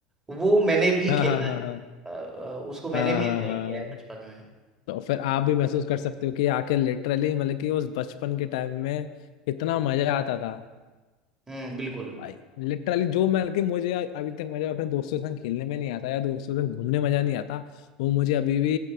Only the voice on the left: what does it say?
हाँ
हाँ हाँ
हाँ
हाँ
हाँ
हाँ।
तो फिर आप भी महसूस कर सकते हो कि आके लिटरली मतलब कि उस बचपन के टाइम में कितना मजा आता था
भाई लिटरली जो मैं कि मुझे अभी तक मजा अपने दोस्तों के संग खेलने में नहीं आता या दोस्तों के संग घूमने में मजा नहीं आता वो मुझे अभी भी